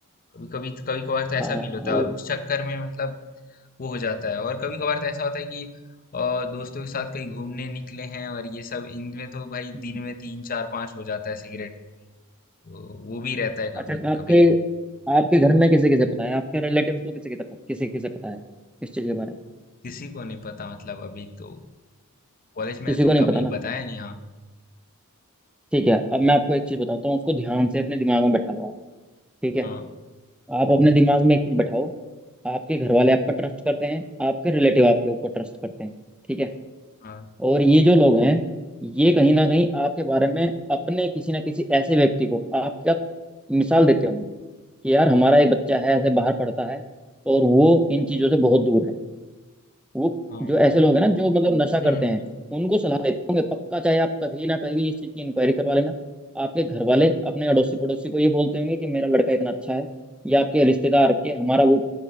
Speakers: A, on the left; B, in the centre.
A: कभी कभी कभी कभार तो ऐसा
B: हाँ वो
A: फील होता है और उस चक्कर में मतलब वो हो जाता है और कभी कभार तो ऐसा होता है कि अ, दोस्तों के साथ कहीं घूमने निकले हैं और ये सब इनमें तो भाई
B: हम्म।
A: दिन में तीन चार पांच हो जाता है सिगरेट तो वो भी रहता है कभी
B: अच्छा आपके
A: कभी
B: आपके घर में किसे किसे पता है आपके रिलेटिव्स को किसे किसे पता किसे किसे पता है इस चीज़ के बारे में
A: किसी को नहीं पता मतलब अभी तो कॉलेज में
B: किसी
A: है तो
B: को नहीं
A: कभी
B: पता ना
A: बताया नहीं हाँ
B: ठीक है अब मैं आपको एक चीज़ बताता हूँ उसको ध्यान से अपने दिमाग में बैठा लो आप ठीक है
A: हाँ
B: आप अपने दिमाग में एक चीज बैठाओ आपके घर वाले आप पर ट्रस्ट करते हैं आपके रिलेटिव आपके ऊपर ट्रस्ट करते हैं ठीक है
A: हाँ
B: और ये जो लोग हैं ये कहीं ना कहीं आपके बारे में अपने किसी ना किसी ऐसे व्यक्ति को आपका मिसाल देते होंगे कि यार हमारा एक बच्चा है ऐसे बाहर पढ़ता है और वो इन चीजों से बहुत दूर है वो
A: हाँ
B: जो ऐसे लोग हैं ना जो मतलब नशा
A: हम्म
B: करते हैं उनको सलाह देते होंगे पक्का चाहे आप कभी ना कभी इस चीज़ की इंक्वायरी करवा लेना आपके घर वाले अपने अड़ोसी पड़ोसी को ये बोलते होंगे कि मेरा लड़का इतना अच्छा है या आपके रिश्तेदार के हमारा वो